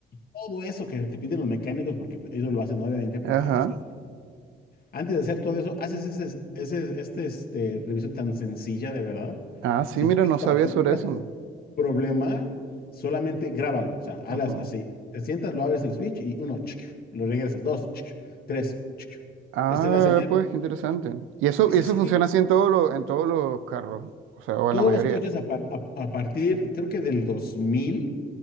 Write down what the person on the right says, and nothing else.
Ajá.
Ah, sí,
mira,
no
sabía
sobre
eso.
Ajá.
Ah,
pues qué interesante. Y eso,
y
eso
funciona así en todos los, en todos los carros, o sea, o
en la mayoría.